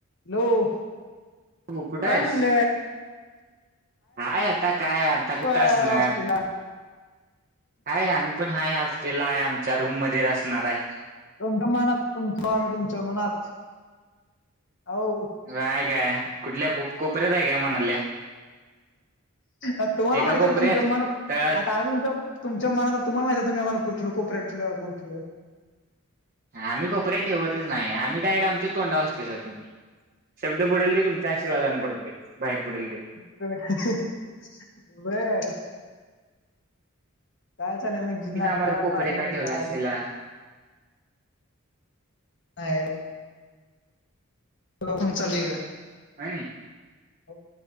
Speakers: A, on the left; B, on the right.
A: Hello,
B: हो कुठं
A: कुठ
B: आहेस?
A: हाय म्हणल?
B: हाय आता. काय आता. कुठं
A: हॉस्टेलला
B: असणार? हाय, आम्ही पण हाय हॉस्टेलला आहे. आमच्या रूम मध्येच असणार आहे.
A: दोणच्या मनात म्हतो आम्ही तुमच्या मनात आव.
B: काय काय कुठल्या कोप कोपऱ्यात आहे काय म्हणाल्या?
A: तुम्हाला
B: एका
A: माहित
B: कोपऱ्यात
A: आहे का तुमच्या मनात
B: तळात
A: आता आम्ही त! तुमच्या मनाल तुम्हाला माहिती तुम्ही आम्हाला कुठलंकोपऱ्यात ठेवलं का कुठ ठेवलं?
B: आम्ही कोपऱ्यात ठेवतच नाही आम्ही डायरेट आमच्या तोंडाव असते सर तुम्ही शब्द बुडालेले तुम त्याच्या शिवाय जाण पडते बाहेर पडे ल दे.
A: ब अ र. काय चालय म्हग
B: मीच
A: नाश्ता
B: आम्हाला कोपरे
A: पाणी
B: का ठेवला
A: काय.
B: असशीला
A: साहेब <unintelligible>
B: हाय नी.
A: हो.